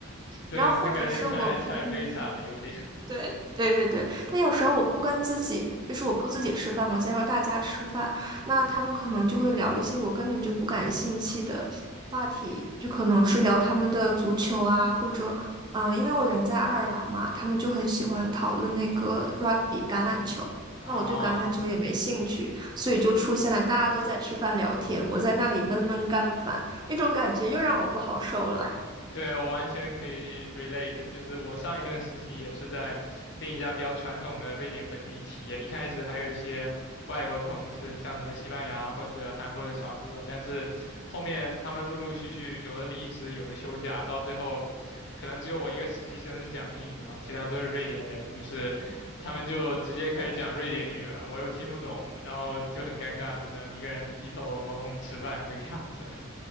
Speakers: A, on the left; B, on the right.
A: 对，
B: 然后或者是我，
A: 那感觉太太悲惨了，
B: 嗯，
A: 有点
B: 对对对对，但有时候我不跟自己，就是我不自己吃饭，我加入大家吃饭，那他们可能就会聊一些我根本就不感兴趣的话题，就可能是聊他们的足球啊，或者嗯，因为我人在爱尔兰嘛，他们就很喜欢讨论那个 rugby 橄榄球，
A: <laughs>
B: 那我对橄榄球也没兴趣，
A: 啊。
B: 所以就出现了大家都在吃饭聊天，我在那里闷闷干饭，那种感觉又让我不好受了。
A: 对，我完全可以 relate，就是我上一份实习也是在另一家比较传统的瑞典本地企业，一开始还有一些外国同事，像什么西班牙或者韩国的小哥，但是后面他们陆陆续续有的离职，有的休假，到最后可能只有我一个实习生是讲英语的嘛，其他都是瑞典人，于是他们就直接开始讲瑞典语了，我又听不懂，然后就很尴尬，只能一个人低头猛猛吃饭这个样子。